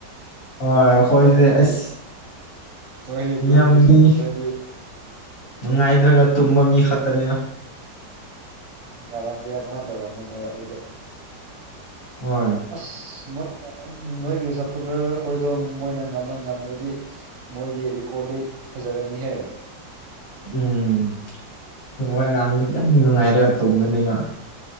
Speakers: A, on the left; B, on the right.
A: ꯍꯣꯏ
B: ꯉꯔꯥꯡ
A: ꯑꯩꯈꯣꯏꯁꯦ
B: ꯅꯣꯏꯒ
A: ꯑꯁ
B: ꯌꯦ ꯅꯣꯏꯒꯤ
A: ꯃꯤ
B: ꯒ꯭ꯔꯨꯞꯀꯤ
A: ꯌꯥꯝ ꯃꯤ
B: ꯁꯞꯄꯣꯔꯇꯔꯗꯤ
A: ꯅꯨꯡꯉꯥꯏꯗ꯭ꯔꯒ ꯇꯨꯝꯕ ꯃꯤ ꯈꯛꯇꯅꯦꯅ
B: ꯉꯔꯥꯡꯗꯤ ꯑꯗꯨꯃꯥꯏꯅ ꯇꯧꯔꯝꯅꯤ ꯅꯣꯏ ꯑꯗꯨꯗꯤ
A: ꯍꯣꯏ
B: ꯑꯁ ꯃꯣꯏ ꯅꯣꯏꯒꯤ ꯁꯞꯄꯣꯔꯇꯔ ꯑꯩꯈꯣꯏꯗꯣ ꯃꯣꯏꯅ ꯉꯝꯃ ꯉꯝꯃ꯭ꯔꯗꯤ ꯃꯣꯏꯒꯤ ꯔꯦꯀꯣꯔꯠꯇꯤ ꯐꯖꯔꯅꯤꯍꯦ
A: ꯎꯝ ꯍꯣꯏ ꯉꯥꯡꯕꯅꯤ ꯌꯥꯝ ꯅꯨꯡꯉꯥꯏꯔꯒ ꯇꯨꯝꯒꯅꯦꯕ